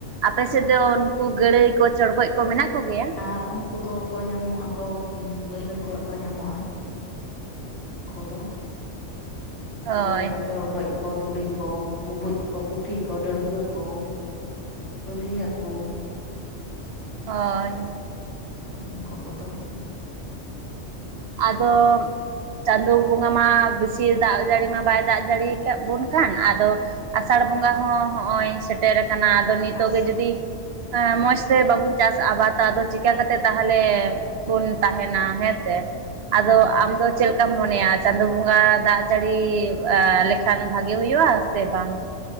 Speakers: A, on the right (about 65°); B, on the left (about 85°).
A: ᱟᱯᱮ ᱥᱮᱫ ᱫᱚ ᱩᱱᱠᱩ ᱜᱟᱹᱲᱟᱹᱭ ᱠᱚ ᱪᱚᱲᱜᱚᱡ ᱠᱚ ᱢᱮᱱᱟᱜ ᱠᱚᱜᱮᱭᱟ ᱾
B: ᱟᱨ ᱩᱱᱠᱩ ᱫᱚ ᱠᱚ ᱧᱟᱢᱚᱜ ᱟᱠᱚ ᱠᱚ ᱵᱟᱹᱭᱦᱟᱹᱲ ᱠᱚᱨᱮ ᱠᱚ ᱧᱟᱢᱚᱜᱼᱟ, ᱾ ᱩᱱᱠᱩ ᱫᱚ
A: ᱦᱳᱭ
B: ᱜᱟᱹᱲᱟᱹᱭ ᱠᱚ ᱪᱚᱲᱜᱚᱡ, ᱾ ᱠᱚ ᱫᱩᱲᱤ ᱠᱚ ᱵᱩᱢᱵᱩᱡ ᱠᱚ ᱯᱩᱴᱷᱤ ᱠᱚ ᱰᱟᱹᱲᱠᱟᱹ ᱠᱚ, ᱞᱩᱞᱦᱤ ᱦᱟᱹᱠᱩ,
A: ᱦᱳᱭ,
B: ᱩᱱᱠᱩ ᱠᱚᱫᱚ
A: ᱟᱫᱚ ᱪᱟᱸᱫᱳ ᱵᱚᱸᱜᱟ ᱢᱟ ᱵᱤᱥᱤ ᱫᱟᱜ ᱡᱟᱹᱲᱤ ᱢᱟ ᱵᱟᱭ ᱫᱟᱜ ᱡᱟᱹᱲᱤ, ᱠᱟᱜ ᱵᱚᱱ ᱠᱟᱱ ᱟᱫᱚ ᱟᱥᱟᱲ ᱵᱚᱸᱜᱟ ᱦᱚᱸ ᱦᱚᱜᱼᱚᱭ ᱥᱮᱴᱮᱨ ᱟᱠᱟᱱᱟ, ᱟᱫ ᱟᱫᱚ ᱱᱤᱛᱚᱜ
B: ᱟᱥ
A: ᱜᱮ ᱡᱩᱫᱤ ᱢᱚᱸᱡᱽ ᱛᱮ ᱵᱟᱵᱚᱱ ᱪᱟᱥ ᱟᱵᱟᱫᱟ ᱟᱫᱚ ᱪᱮᱠᱟ ᱠᱟᱛᱮ ᱛᱟᱦᱚᱞᱮ ᱵᱚᱱ ᱛᱟᱦᱮᱱᱟ ᱦᱮᱸ ᱥᱮ
B: ᱦᱮᱸ
A: ᱟᱫᱚ ᱟᱢ ᱫᱚ ᱪᱮᱫ ᱞᱮᱠᱟ ᱪᱮᱠᱟᱢ ᱢᱚᱱᱮᱭᱟ ᱪᱟᱸᱫᱳ ᱵᱚᱸᱜᱟ ᱫᱟᱜ ᱡᱟᱹᱲᱤ ᱮᱸ ᱞᱮᱠᱷᱟᱱ ᱵᱷᱟᱜᱮ ᱦᱩᱭᱩᱜᱼᱟ ᱥᱮ ᱵᱟᱝ?